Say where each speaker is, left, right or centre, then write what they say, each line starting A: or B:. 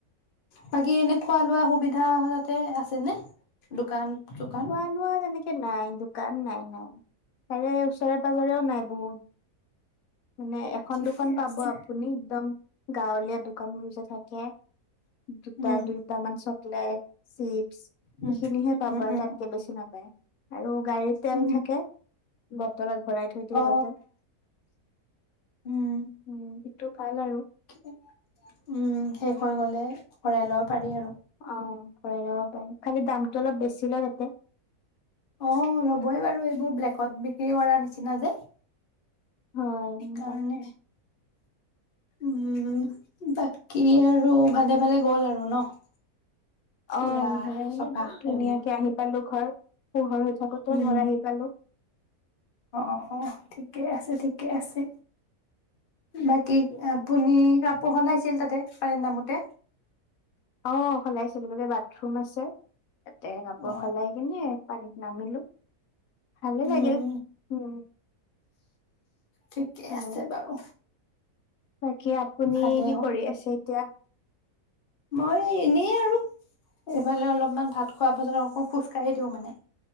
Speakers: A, on the left; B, on the left.
A: বাকী এনে খোৱা- লোৱা সুবিধা তাতে আছে নে দোকান চোকান
B: খোৱা লোৱা তেনেকে নাই দোকান নাই- নাই তাৰে ওচৰত ওচৰে -পাজৰেও
A: অ
B: নাই বহুত মানে এখন,
A: ঠিকে
B: দুখন পাব
A: আছে
B: আপুনি একদম গাঁৱলীয়া দু <unintelligible> থাকে দুটা
A: উম
B: -দুইটা মান চ নাই চিপছ
A: উম
B: হিখিনিহে পাব
A: উম
B: আৰু
A: উম
B: তাতকে বেছি নাপায় আৰু গাড়ীৰ তেল
A: উম
B: থাকে বটলত ভৰাই থৈ দিয়ে
A: অ
B: সিহঁতে।
A: উম
B: উম সেইটো ভাল আৰু
A: <inaudible> উম সে হৈ গলে ভৰাই লব পাৰি আৰু।
B: অহ, ভৰাই লব পাৰি খালি দামটো অলপ বেছি লয় তাতে।
A: অহ, ল'বই বাৰু এইবোৰ ব্লেকত বিক্ৰী কৰাৰ নিচিনা যে।
B: হয়
A: সেইকাৰণে
B: তাকে
A: উম ব কি আৰু ভালে ভালে গ'ল আৰু ন'? ফুৰা
B: অহ, ভালে -ভালে
A: চকা
B: গ'ল
A: সেইবোৰ
B: ধুনীয়াকে আহি পালো। ঘৰ পোহৰ। চাকত
A: উম
B: ধৰা হ পালো।
A: অ ঠিকেই আছে ঠিকে আছে। বাকিআপুনি ক। পঢ়নাইছিল তাতে পান নামতে।
B: অ সলাইছিলো ততে বাথৰুম আছে। তাতে কাপোৰ
A: অ
B: সলাই কিনে পানী। নামিলো। ভালে
A: উম
B: লাগিল উম
A: ঠিকে
B: হয়
A: আছে বাৰু
B: বাকী আপুনি
A: ভালেই
B: কি
A: হ'ল
B: কৰি আছে এতিয়া
A: মই এনেই আৰু এইফালে অলপমান ভাত খোৱাৰ পাছত আকৌ খোজ কঢ়ি দিওঁ মানে